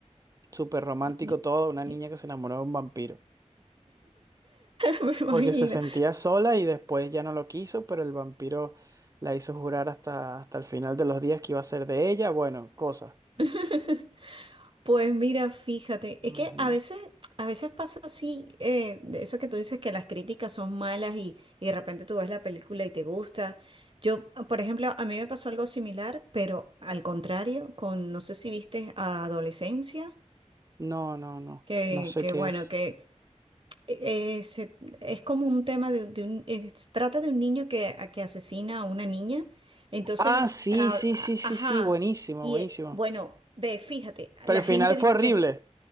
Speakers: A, on the right (about 30°); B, on the right (about 45°).
A: Súper romántico
B: Y-
A: todo, una niña
B: y-
A: que se enamoró de un vampiro.
B: <laughs> Me imagino.
A: Porque se sentía sola y después ya no lo quiso, pero el vampiro la hizo jurar hasta, hasta el final de los días que iba a ser de ella. Bueno, cosas.
B: <laughs> Pues mira, fíjate, es
A: Ujú.
B: que a veces, a veces pasa así, eh, de eso que tú dices que las críticas son malas y, y de repente tú ves la película y te gusta. Yo, por ejemplo, a mí me pasó algo similar, pero al contrario, con, no sé si viste a Adolescencia,
A: No, no, no.
B: que,
A: No sé
B: que
A: qué
B: bueno,
A: es.
B: que eh, se- es como un tema de, de un, es- trata de un niño que, a- que asesina a una niña. Entonces,
A: Ah, sí,
B: a-
A: sí,
B: a-
A: sí, sí,
B: ajá,
A: sí. Buenísimo,
B: y
A: buenísimo.
B: eh, bueno, ve, fíjate,
A: Pero
B: la
A: el
B: gente
A: final
B: dice
A: fue horrible.
B: que es,